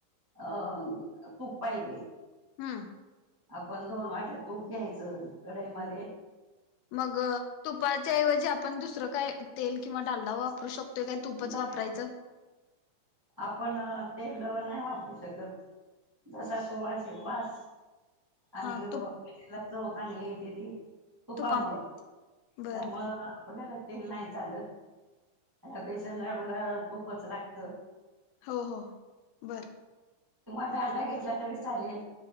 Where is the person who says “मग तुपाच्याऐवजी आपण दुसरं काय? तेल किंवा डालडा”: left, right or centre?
Left